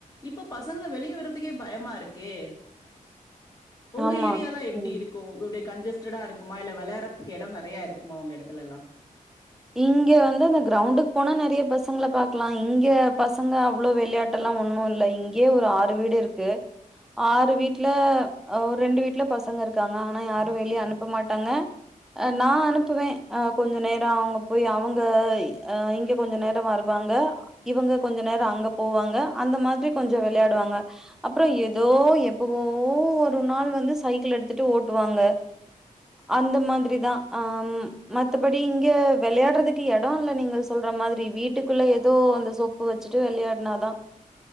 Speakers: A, on the left (about 25°); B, in the centre.
A: இப்போ பசங்கள வெளிய விட்றதுக்கே பயமா இருக்கே உங்க
B: ஆமா
A: ஏரியாலா எப்டி
B: ம்
A: இருக்கு இப்டி கஞ்சஸ் இருக்குமா இல்ல வெளயாட்றதுக்கு எடோ நெறைய இருக்குமா உங்க எடத்துல
B: இங்க வந்து அந்த கிரௌண்டுக் போனா நெறைய பஸ் ங்கள பாக்லா இங்க பசங்க அவ்ளோ வெளையாட்டல்லா ஒண்ணு இல்ல இங்கே ஒரு ஆறு வீடுருக்கு ஆறு வீட்ல ஒரு ஆ ரெண்டு வீட்ல பசங்க இருக்காங்க ஆனா யாரு வெளியே அனுப்ப மாட்டாங்க ஆ நா அனுப்புவே ஆ கொஞ்ச நேரோ அவ்ங் போய் அவுங்க ஆ இங்க கொஞ்ச நெரோ வருவாங்க இவங்க கொஞ்ச நேரோ அங்க போவாங்க அந்த மாதிரி கொஞ்ச விளையாடுவாங்க அ ஏதோ எப்பவோ ஒரு நாள் வந்து சைக்கிள் எடுத்துட்டு ஓட்டுவாங்க அந்த மாதிரி தா ஆ மத்தபடி இங்க வெளையாட்றதுக்கு எடோ இல்ல நீங்க சொல்ற மாதிரி வீட்டுக்குள்ள ஏதோ அந்த சொப்பு வச்சுட்டு வெளையாட்னாதா